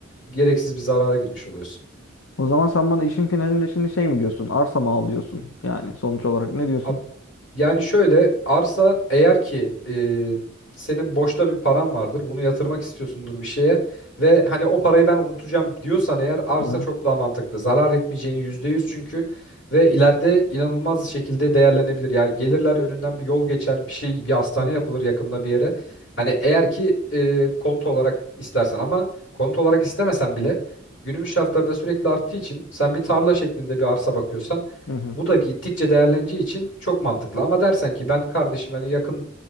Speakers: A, on the left; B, on the left.
A: gereksiz bir zarara girmiş oluyorsun.
B: O zaman sen bana işin finalinde şimdi şey mi diyorsun? Arsa mı al diyorsun? Yani sonuç olarak ne diyorsun?
A: Ab- Yani şöyle arsa eğer ki e, senin boşta bir paran vardır bunu yatırmak istiyorsundur bir şeye ve hani o parayı ben unutacağım diyorsan eğer arsa
B: Hı hı.
A: çok daha mantıklı. Zarar etmeyeceğin %100 çünkü ve ileride inanılmaz şekilde değerlenebilir. yani gelirler önünden bir yol geçer bir şey bir hastane
B: Hı hı.
A: yapılır yakında bir yere. Hani eğer ki e, konut olarak istersen ama konut olarak istemesen bile günümüz şartlarında sürekli arttığı için sen bir tarla şeklinde bir arsa bakıyorsan
B: Hı hı.
A: bu da gittikçe değerleneceği için çok mantıklı. Ama dersen ki ben kardeşim hani yakın